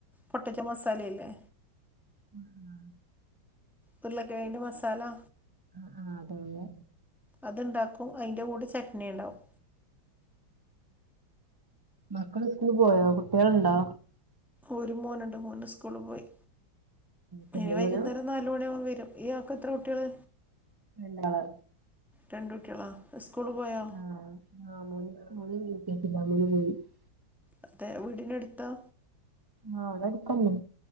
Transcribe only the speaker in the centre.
പൊട്ടറ്റോ മസാല ഇല്ലേ!
ഉരുളക്കിഴങ്ങ് മസാല!
അതുണ്ടാക്കും. അതിൻ്റെ കൂടെ ചട്നി ഉണ്ടാവും.
ഒരു മോനൊണ്ട് മോൻ്റെ സ്കൂളിൽ പോയി.
ഇനി വൈകുന്നേരം
നാല് മണിയാകുമ്പോൾ വരും. ഈയാക്ക് എത്ര കുട്ടികള്?
രണ്ടു കുട്ടികളാ. സ്കൂളിൽ പോയോ?
അതെ! വീടിനടുത്ത!